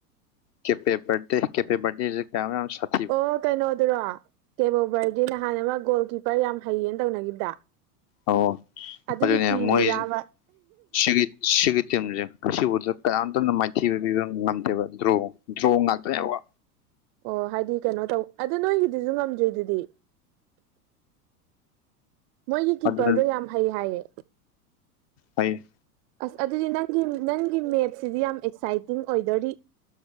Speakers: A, on the left; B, on the right.
A: ꯀꯦꯄꯦ ꯚꯔꯗꯦ ꯀꯦꯄꯦ ꯚꯔꯗꯦ ꯁꯦ ꯀꯌꯥꯃꯨꯛ ꯌꯥꯝꯅ
B: ꯑꯣ ꯀꯩꯅꯣꯗꯨꯔꯣ ꯀꯦꯕꯣꯕꯔꯗꯤ ꯅꯍꯥꯟ ꯑꯃ ꯒꯣꯜ ꯀꯤꯞꯄꯔ ꯌꯥꯝ ꯍꯩꯌꯦꯅ ꯇꯧꯅꯈꯤꯕꯗ
A: ꯑꯣ
B: ꯑꯗꯨꯒꯤ
A: ꯑꯗꯨꯅꯦ
B: ꯀꯤꯔꯤ
A: ꯃꯣꯏꯁꯦ
B: ꯔꯥꯕ
A: ꯁꯤꯒꯤ ꯁꯤꯒꯤ ꯇꯤꯝꯁꯦ ꯑꯁꯤꯕꯨꯗ ꯀꯅꯥꯝꯇꯝꯅ ꯃꯥꯏꯊꯤꯕ ꯄꯤꯕ ꯉꯝꯗꯦꯕ ꯗ꯭ꯔꯣ ꯗ꯭ꯔꯣ ꯉꯥꯛꯇ ꯌꯥꯕ
B: ꯑꯣ ꯍꯥꯏꯗꯤ ꯀꯩꯅꯣ ꯇꯧ ꯑꯗ ꯅꯣꯏꯒꯤꯗꯨꯁꯨ ꯉꯝꯗ꯭ꯔꯤꯗꯨꯗꯤ ꯃꯣꯏꯒꯤ ꯀꯤꯄꯔꯗꯣ
A: ꯑꯗꯨꯅ
B: ꯌꯥꯝ ꯍꯩ ꯍꯥꯏꯌꯦ
A: ꯍꯩ
B: ꯑꯁ ꯑꯗꯨꯗꯤ ꯅꯪꯒꯤ ꯅꯪꯒꯤ ꯃꯦꯠꯁꯁꯤꯗꯤ ꯌꯥꯝ ꯑꯦꯛꯁꯥꯏꯇꯤꯡ ꯑꯣꯏꯗꯣꯔꯤ